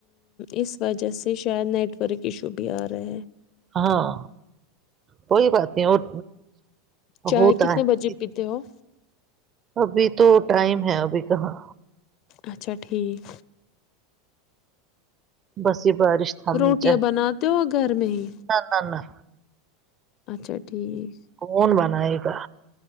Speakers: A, on the left; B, on the right.
A: اس وجہ سے شاید نیٹ ورک ایشو بھی آ رہا ہے
B: ہاں کوئی بات نہیں اور
A: چائے
B: ہوتا
A: کتنے
B: ہے
A: بجے پیتے ہو
B: ابھی تو ٹائم ہے ابھی کہاں
A: اچھا ٹھیک
B: بس یے بارش تھامنی
A: روٹیاں
B: چاہیے
A: بناتے ہو گھر میں ہی
B: نہ نہ نہ
A: اچھا ٹھیک
B: کون بنائے گا